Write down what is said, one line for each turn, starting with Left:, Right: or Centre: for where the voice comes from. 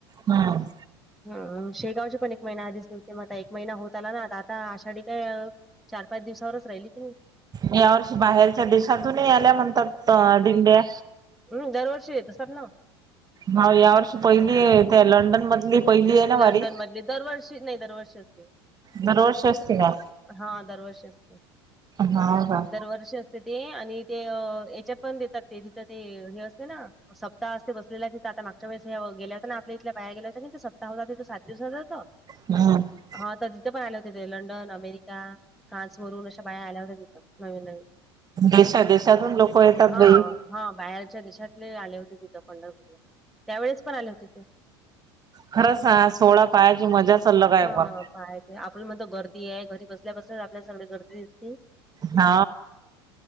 Right: हम्म
Centre: हम शेगावची पण एक महिना आधीच निघते मता एक महिना होत आला ना आ आता आषाढी काय चार पाच दिवसावरच राहिली की.
Right: या वर्षी बाहेरच्या देशातूनही याल्या म्हणतात दिंड्या
Centre: हम् दरवर्षी येत असतात ना
Right: ह या वर्षी पहिली त्या लंडन मधली पहिली आहे ना वारी
Centre: लंडन मधली दरवर्षी नाही दरवर्षी असते.
Right: दरवर्षी असते का?
Centre: हा दरवर्षी असते
Right: हाव का
Centre: दरवर्षी त ते आणि ते याच्यात पण देतात ते तिथं ते हे असते ना सप्ताहते बसलेल्या आता मागच्या वेळेस गेल्या होत ना आपल्या इथल्या बाया गेल्या होत ते तिथं सात दिवसाचा होत
Right: हम्म
Centre: हा तर तिथे पण आले होते ते लंडन, अमेरिका फ्रान्स वरून अशा बाया आल्या होत्या तिथं नवीन नवीन.
Right: देशात देशातून लोकं येतात
Centre: हा
Right: बई.
Centre: हा बाहेरच्या देशातले आले होते तिथं पंढरपूरला, त्यावेळेस पण आले होते ते.
Right: खरंच हा सोळा पायाची मजाच अलग आहे
Centre: हा
Right: पण
Centre: पहाय येते, आपल्या म्हणत गर्दी आहे घरी बसल्यापासून आपल्याला सगळी गर्दी दिसते.
Right: हा